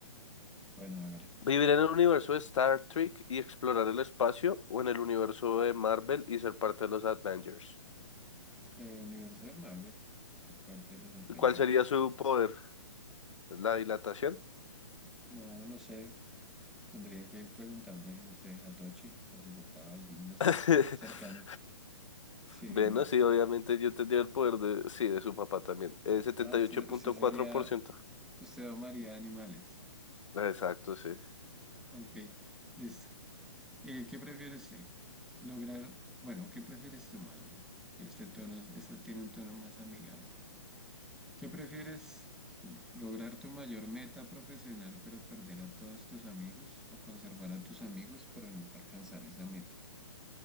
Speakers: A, in the centre; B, on the left (about 70°).
A: bueno, hágale.
B: ¿Vivir en el universo de Star Trek y explorar el espacio o en el universo de Marvel y ser parte de los Avengers?
A: Eh, universo de Marvel, ser parte de los Avengers.
B: ¿Cuál sería su poder? ¿La dilatación?
A: No, no sé. Tendría que preguntarle, no sé, a Tochi o a su papá, alguien así,
B: <laughs>
A: cercano. Sí,
B: Bueno,
A: güey.
B: sí, obviamente yo tendría el poder de, sí, de su papá también. Eh, setenta
A: Ah, usted,
B: y ocho punto
A: usted
B: cuatro
A: sería,
B: por ciento
A: usted amaría animales.
B: Exacto, sí.
A: Ok, listo. Eh, ¿qué prefiere usted? Lograr, bueno, ¿qué prefieres tú más bien? Este tono, es- este tiene un tono más amigable. ¿Qué prefieres tú? ¿Lograr tu mayor meta profesional pero perder a todos tus amigos? ¿O conservar a tus amigos pero nunca alcanzar esa meta?